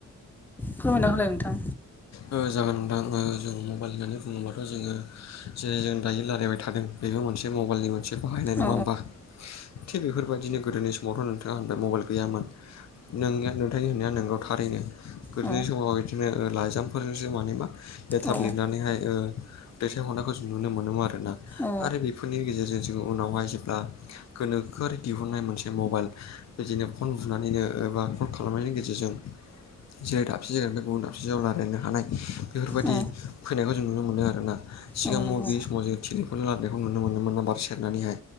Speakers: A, in the centre; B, on the left (about 50°).
A: फोरमायना होलाय नोंथां।
B: औ जागोन नोंथां ओ जों मबाइल होननानै बुङोब्लाथ' जोङो जेरै जों दायो रायलायबाय थादों बेबो मोनसे मबाइलनि मोनसे बाहायनाय नङा
A: औ
B: होमबा! थिग बेफोरबायदिनो गोदोनि समावथ' नोंथाङा होनबाय मबाइल गैयामोन। नोंनि नोथांनि होननाया नोंगौ थारैनो गोदोनि
A: औ
B: समाव इदि दिनो लाइजामफोरनिजों माने मा लेथार
A: औ
B: लिरनानैहाय ओ दैथायहरनायखौ जों नुनो मोनोमोन आरोना
A: औ
B: आरो बेफोरनि गेजेरजों जोङो उनावहाय जे बा गोनोखोआरि दिहुननाय मोनसे मबाइल बिदिनो फन बुनानै नो एबा कल खालामनायनि गेजेरजों जेरै दाबसे जायगानिफ्राय गुबुन दाबसे जायगायाव ला रायलायनो हानाय बेफोरबायदि
A: औ
B: फैनायखौ जों नुनो मोनो आरोना सिगां
A: औ
B: मबाइल
A: नंगौ
B: गैयै समाव जे टेलिफनजों रालानायखौ नुनो मोनोमोन नाम्बार सेरनानैहाय